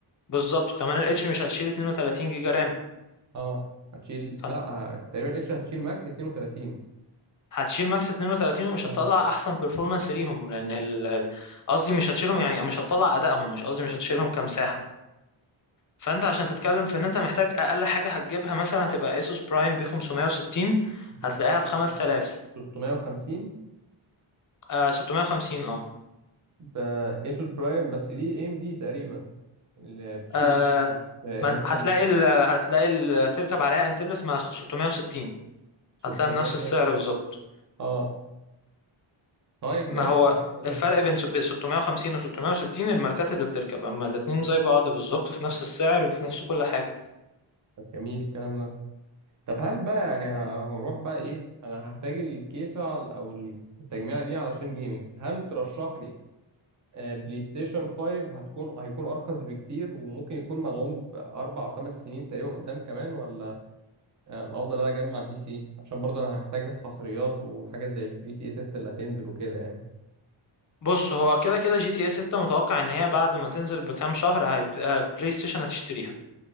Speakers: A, on the left; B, on the right.
A: بالظبط وكمان الاتش مش هتشيل 32 جيجا رام
B: اه هتشيل
A: فانت
B: لا ه- تقريبا اتش هتشيل ماكس 32
A: هتشيل ماكس 32 ومش
B: اه
A: هتطلع احسن performance ليهم لان ال- ال- قصدي مش هتشيلهم يعني مش هتطلع ادائهم مش قصدي مش هتشيلهم
B: مم.
A: كمساحه فانت عشان تتكلم في ان انت محتاج اقل حاجه هتجيبها مثلا هتبقى اسوس برايم ب 560
B: اسود
A: هتلاقيها
B: برايم
A: ب 5000
B: بي 350
A: آه 650 اه,
B: ب اسود برايم بس دي اي ام دي تقريبا اللي بتشيل
A: آه
B: اي ام دي مش انتل
A: ما- هتلاقي ال هتلاقي ال تركب عليها انتلس مع 660
B: 600
A: هتلاقيها بنفس السعر
B: وكده.
A: بالظبط
B: اه طيب
A: ما
B: ماشي
A: هو
B: حلو ده
A: الفرق بين سب- 650 و 660 الماركات اللي بتركب اما الاتنين زي بعض بالظبط في نفس السعر وفي نفس كل حاجة
B: طب جميل الكلام ده طب هل بقى يعني ه- هروح بقى ايه انا هحتاج الكيسة على- او التجميعة دي علشان جيمنج هل ترشح لي آه، بلاي ستيشن 5 هتكون هيكون ارخص بكتير وممكن يكون مدعوم باربع او خمس سنين تقريبا قدام كمان ولا آه، الافضل إن انا اجمع بي سي عشان برضه انا هحتاج الحصريات وحاجه زي جي تي اي 6 اللي هتنزل وكده يعني
A: بص هو كده كده جي تي اي 6 متوقع ان هي بعد ما تنزل بكام شهر هيبقى بلاي ستيشن هتشتريها